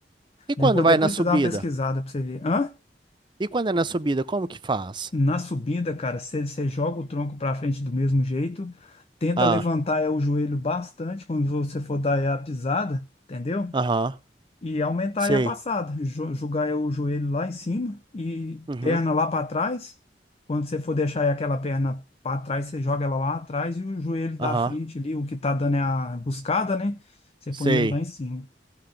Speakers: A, on the right (about 25°); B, on the left (about 35°).
A: E quando
B: Depois,
A: vai
B: depois
A: na subida?
B: você dá uma pesquisada para você ver. Hã?
A: E quando é na subida, como que faz?
B: Na subida, cara, você você joga o tronco para frente do mesmo jeito, tenta
A: Ah,
B: levantar é, o joelho bastante quando você for dar é, a pisada, entendeu?
A: aham,
B: e aumentar
A: sei.
B: aí a passada, jo- jogar aí o joelho lá em cima e
A: Uhum,
B: perna lá para trás. Quando você for deixar aí aquela perna para trás, você joga ela lá atrás e o joelho
A: aham,
B: da frente ali, o que tá dando é a buscada, né? Você
A: sei.
B: põe ele lá em cima.